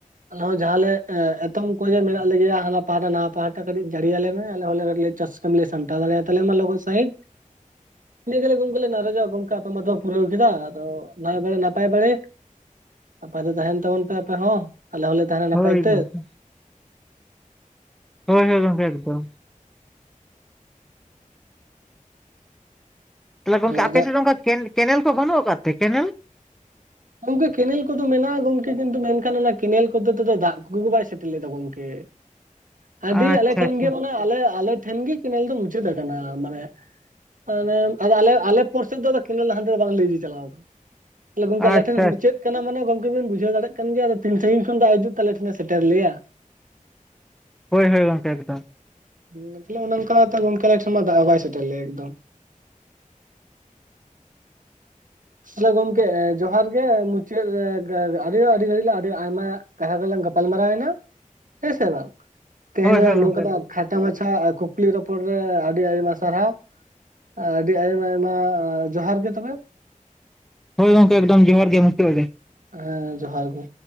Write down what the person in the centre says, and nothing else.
<unintelligible>
ᱦᱳᱭ
ᱜᱚᱝᱠᱮ ᱦᱳᱭ ᱦᱳᱭ ᱜᱚᱝᱠᱮ ᱮᱠᱫᱚᱢ ᱛᱟᱦᱚᱞᱮ ᱜᱚᱝᱠᱮ ᱟᱯᱮᱥᱮᱫ
ᱫᱚ ᱚᱱᱠᱟ ᱠᱮ-ᱠᱮᱱᱮᱞ ᱠᱚ ᱵᱟᱹᱱᱩᱜ ᱟᱠᱟᱫ ᱛᱮ ᱠᱮᱱᱮᱞ
ᱟᱪᱪᱷᱟ
ᱟᱪᱪᱷᱟ
ᱟᱪᱪᱷᱟ
ᱟᱪᱪᱷᱟ
ᱦᱳᱭ ᱦᱳᱭ ᱜᱚᱝᱠᱮ ᱮᱠᱫᱚᱢ
ᱦᱳᱭ ᱦᱳᱭ
ᱜᱚᱝᱠᱮ
ᱮᱠᱫᱚᱢ
ᱦᱳᱭ ᱜᱚᱝᱠᱮ ᱮᱠᱫᱚᱢ ᱡᱚᱦᱟᱨ ᱜᱮ ᱢᱩᱪᱟᱹᱫ ᱨᱮ